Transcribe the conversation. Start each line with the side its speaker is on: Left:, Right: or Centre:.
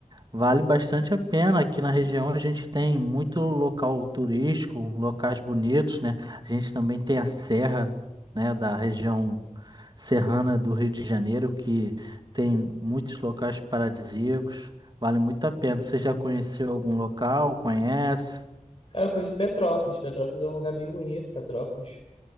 Right: Vale bastante a pena. Aqui na região a gente tem muito local turístico, locais bonitos, né? A gente também tem a serra, né, da região serrana do Rio de Janeiro, que tem muitos locais paradisíacos. Vale muito a pena. Você já conheceu algum local? Conhece?
Left: Cara, eu conheço Petrópolis. Petrópolis é um lugar bem bonito, Petrópolis.